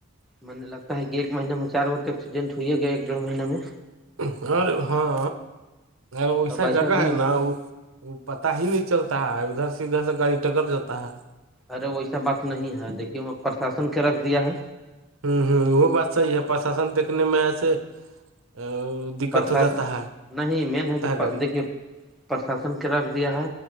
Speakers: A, in the centre; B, on the right.
A: م نے لگتا ہے کہ ایک مہینے میں چار گو تو ایکسیڈنٹ ہوئی ہے گیا ایک ڈیڑھ مہینے میں
B: اوررے ہاں ا ویسا
A: تب ایسا
B: جگہ
A: سنگھ
B: ہے نا وہ پتاہ ہی نہیں چلتا ہے ادھر سے ادھر سے گاڑی ٹکر جاتا ہے
A: ارے ویسا بات نہیں ہے دیکھیے وہ پرشاسن کے رکھ دیا ہے
B: ہوں ہوں وہ بات صحیح ہے پرشاسن دیکنے میں ہے سے ا دقت
A: پرسات
B: ہو جاتا
A: نہیں مین ہے کہ
B: گاڑی
A: دیکھیے پرشاسن کے رکھ دیا ہے